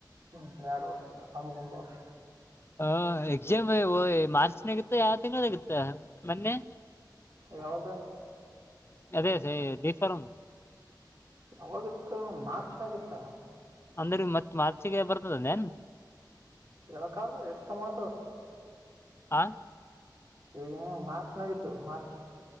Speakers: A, on the right; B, on the left.
A: ಹ್ಮ್ ಎರಡು ವರ್ಷಾ ನಮಗೆ ಒಂದು ವರ್ಷ
B: ಹ ಎಕ್ಸಾಮ್ಯ ಮಾರ್ಚ್ನಗಿತ್ತ ಯಾವ ತಿಂಗಗಳಗತ್ತ ಮೊನ್ನೆ
A: ಯ ಹದು
B: ಅದೇ ಸ ದಫಾರಂ
A: ಯಾವಾಗತ್ತು ಮಾರ್ಚ್ನಗತ್ತು
B: ಅಂದ್ರ ಮತ್ ಮಾರ್ಚಿಗೆ ಬರ್ತದಂದೇನ್
A: ಇಳಕಾಲ ಹೆಚ್ಚಕ ಮಾತ
B: ಆ
A: ಈ ಮಾರ್ಚ್ನಾಗಿದ್ದು ಮಾರ್ಚ್